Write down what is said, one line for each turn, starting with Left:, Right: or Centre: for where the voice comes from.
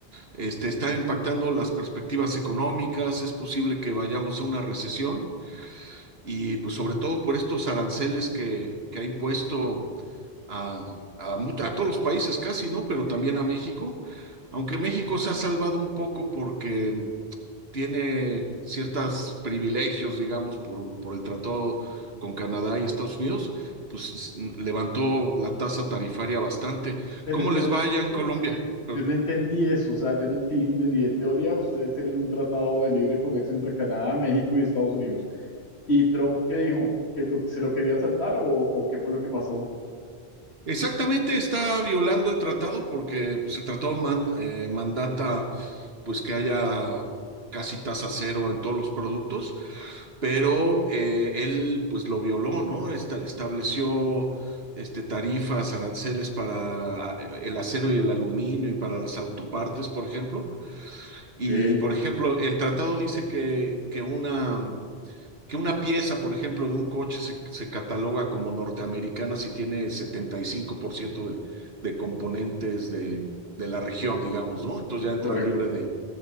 Right: este, está impactando las perspectivas económicas, es posible que vayamos a una recesión y pues sobre todo por estos aranceles que, que ha impuesto a, a mu- a todos los países casi, ¿no? Pero también a México, aunque México se ha salvado un poco porque tiene ciertos privilegios, digamos, por, por el tratado con Canadá y Estados Unidos, pues s- levantó la tasa tarifaria bastante.
Left: Pero
Right: ¿Cómo
Left: espérate,
Right: les va allá en
Left: eh,
Right: Colombia? Pero-
Left: yo no entendí eso, o sea, yo no enti- entendí, en teoría ustedes tienen un tratado de libre comercio entre Canadá, México y Estados Unidos. ¿Y Trump qué dijo? ¿Que lo- se lo quería saltar o, o qué fue lo que pasó?
Right: Exactamente, está violando el tratado porque pues, el tratado man- eh, mandata pues que haya casi tasa cero en todos los productos pero eh, él pues lo violó, ¿no? Esta- estableció este, tarifas, aranceles para a, el acero y el aluminio y para las autopartes, por ejemplo. Y,
Left: Ok,
Right: por ejemplo, el tratado dice que, que una, que una pieza, por ejemplo, de un coche se, se cataloga como norteamericana si tiene 75% de, de componentes de, de la región, digamos, ¿no? Entonces ya entra
Left: correcto.
Right: libre de